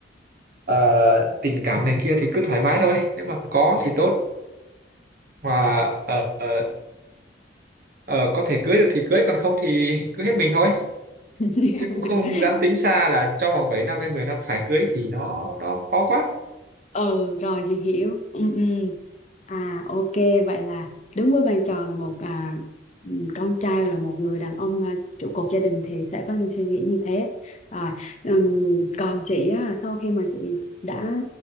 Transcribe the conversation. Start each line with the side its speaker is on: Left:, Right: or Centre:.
Right: ờ, tình cảm này kia thì cứ thoải mái thôi nếu mà có thì tốt mà ờ, ờ, ờ, có thể cưới được thì cưới còn không thì cứ hết mình thôi
Left: <laughs>
Right: chứ cũng không dám tính xa là trong vòng 7 năm hay 10 năm phải cưới thì nó nó khó quá
Left: ừ rồi chị hiểu ừ, ừ. à ok vậy là đứng với vai trò là một à, ừ, con trai là một người đàn ông à, trụ cột gia đình thì sẽ có những suy nghĩ như thế rồi ừm, còn chị á, sau khi mà chị đã